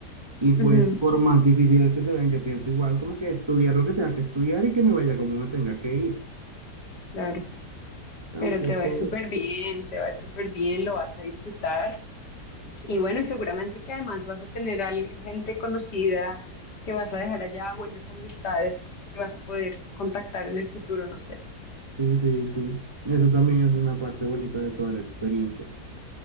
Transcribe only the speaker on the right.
y pues
por más difíciles que se ven, yo pienso igual, como que estudiar lo que tenga que estudiar y que me vaya como me tenga que ir.
Tampoco,
sí, sí, sí. Eso también es una parte bonita de toda la experiencia.